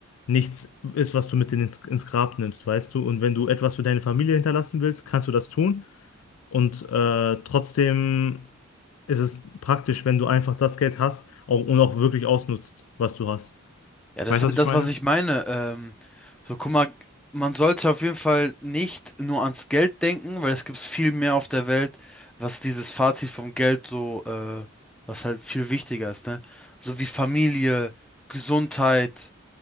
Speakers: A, on the left; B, in the centre.
A: nichts ist, was du mit in ins, ins Grab nimmst, weißt du? Und wenn du etwas für deine Familie hinterlassen willst, kannst du das tun. Und äh, trotzdem ist es praktisch, wenn du einfach das Geld hast auch, und auch wirklich ausnutzt, was du hast.
B: Ja, das
A: Weißt
B: ist
A: du,
B: halt
A: was ich
B: das,
A: meine?
B: was ich meine. Ähm, so, guck mal, man sollte auf jeden Fall nicht nur ans Geld denken, weil es gibt viel mehr auf der Welt, was dieses Fazit vom Geld so, äh, was halt viel wichtiger ist, ne? So wie Familie, Gesundheit.